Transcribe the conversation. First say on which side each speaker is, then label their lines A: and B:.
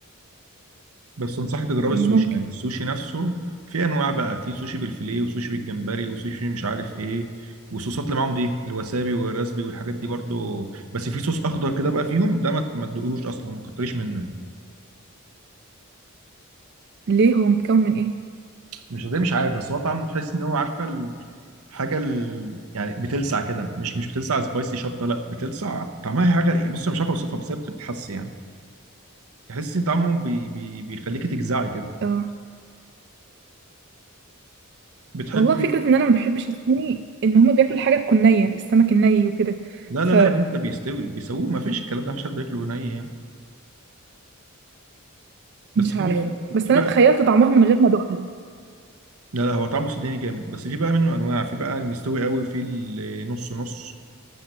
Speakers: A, on the right (about 80°); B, on the right (about 50°).
A: بس انصحك تجرب
B: ممكن
A: السوشي يعني السوشي نفسه في انواع بقى في سوشي بالفيليه وسوشي بالجمبري وسوشي مش عارف ايه والصوصات اللي معاهم دي الوسابي والرسبي والحاجات دي برضو بس في صوص اخضر كده بقى فيهم ده ما ما تدوقهوش اصلا ما تكتريش منه يعني
B: ليه هو متكون من ايه
A: مش زي مش عارف بس هو طعمه تحس ان هو عارفه ال- حاجه ال... يعني بتلسع كده مش مش بتلسع سبايسي شطه لا بتلسع طعمها حاجه بص أنا مش عارف اوصفها بس هي بتتحس يعني تحسي ان طعمه بي... بي... بيخليكي تجزعي كده
B: اه
A: بتحبي
B: والله فكرة ان انا ما بحبش الصيني ان هما بياكلوا الحاجة تكون نية السمك الني وكده
A: لا
B: فمش
A: لا لا يا بنت ده بيستوي بيسووه ما فيش الكلام ده مفيش حد بياكله ني يعني بس في
B: عارفة
A: بقى
B: بس
A: في بقى
B: انا تخيلت طعمها من غير ما ادوقها
A: لا لا هو طعمه سوداني جامد بس في بقى منه انواع في بقى المستوي قوي وفي النص نص